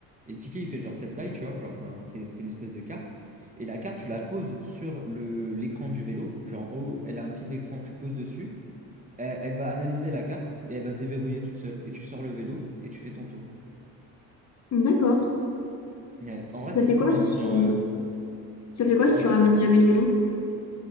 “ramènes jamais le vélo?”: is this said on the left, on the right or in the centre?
Left